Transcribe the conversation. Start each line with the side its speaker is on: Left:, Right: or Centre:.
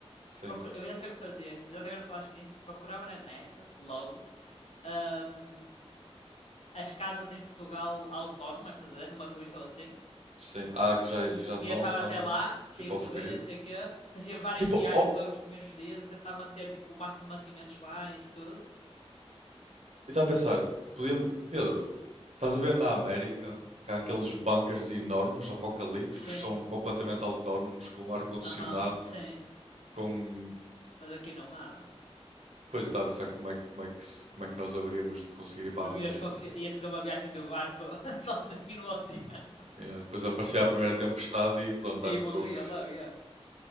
Right: Sim,
Left: Procura- Eu já sei o que fazia. Já agora falaste nisso. Procurava na net, logo, ahm, as casas em Portugal autónomas, estás a ver? Numa revista ou assim.
Right: sim. Ah, que já,
Left: E
Right: que já estão
Left: viajava
Right: autónomas.
Left: até lá, cheio
Right: Tipo
Left: de
Right: ao
Left: comida,
Right: Figueiredo.
Left: não sei o quê. Fazia várias
Right: Tipo,
Left: viagens
Right: oh,
Left: logo nos primeiros dias a tentar manter, tipo, o máximo de mantimentos lá e isso tudo.
Right: eu estava a pensar, podíamos... Pedro, estás a ver na América que há aqueles bunkers enormes, apocalípticos,
Left: Sim,
Right: que são completamente autónomos, com ar-condicionado,
Left: aham, uhum, sim.
Right: com...
Left: Mas aqui não há, bro.
Right: Pois, eu estava a pensar como é, que- como é que, se- como é que nós haveríamos de conseguir ir para
Left: Não
Right: a América.
Left: ias, consi- ias fazer uma viagem de barco <laughs> sozinho no oceano.
Right: <clears throat> Yeah, depois aparecia a primeira tempestade e pronto,
Left: E
Right: I'm
Left: morria
Right: cooked.
Left: logo, yeah.